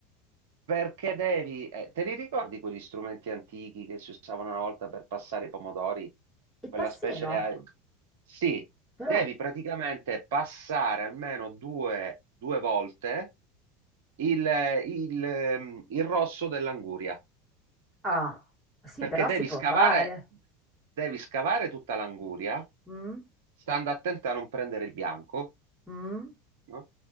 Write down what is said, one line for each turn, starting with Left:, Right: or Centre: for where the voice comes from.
Right: perché devi. eh, te li ricordi quegli strumenti antichi che si usavano una volta per passare i pomodori?
Centre: Il
Right: Quella
Centre: passino,
Right: specie. a- Sì,
Centre: ce l'ho.
Right: devi praticamente passare almeno due, due volte il, il, ehm, il rosso dell'anguria,
Centre: Ah, sì,
Right: perché
Centre: però
Right: devi
Centre: si può
Right: scavare,
Centre: fare.
Right: devi scavare tutta l'anguria,
Centre: Mm?
Right: stando attento a non prendere il bianco,
Centre: Mm?
Right: no?